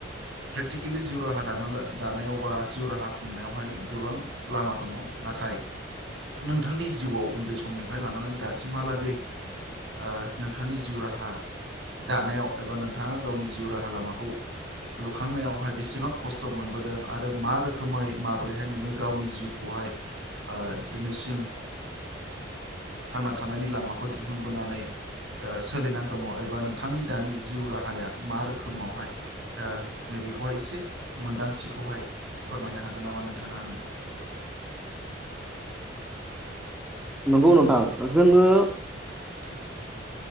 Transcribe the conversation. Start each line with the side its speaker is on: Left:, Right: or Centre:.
Right: प्रेकटिकेलि जिउ राहा दाना ला--दानायाव बा जिउ राहा खुंनायावहाय गोबां लामा दङ नाथाय नोंथांनि जिउआव उन्दै समनिफ्राय लानानै दासिमहालागै ओ नोंथांनि जिउ राहा दानायाव एबा नोंथाङा गावनि जिउ राहा लामाखौ लुखांनायावहाय बेसेबां खस्थ मोनबोदों आरो मा रोखोमै माब्रैहाय नोङो गावनि जिउखौहाय ओ दिनैसिम थांना थानायनि लामाखौ दिहुनबोनानै ओ सोलिनानै दङ एबा नोंथांनि दानि जिउ राहाया मा रोखोमावहाय ओ नैबे खोहाय एसे मोन्दांथिखौहाय फोरमायनो हागोन नामा नोंथाङा आंनो।
Centre: नंगौ नोंथां जोङो
Right: <unintelligible>